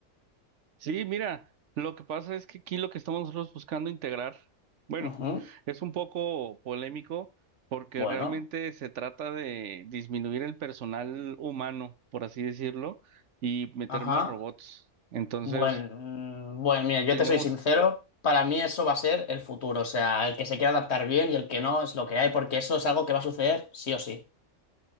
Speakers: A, on the right; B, on the left.
A: Sí, mira, lo que pasa es que aquí lo que estamos nosotros buscando integrar, bueno,
B: Ujú.
A: es un poco polémico porque
B: Bueno,
A: realmente se trata de disminuir el personal humano, por así decirlo, y meter
B: ajá.
A: más robots. Entonces,
B: Bueno, mm, bueno, mira, yo
A: tenemos
B: te soy sincero, para mí eso va a ser el futuro, o sea, el que se quiera adaptar bien y el que no es lo que hay, porque eso es algo que va a suceder sí o sí.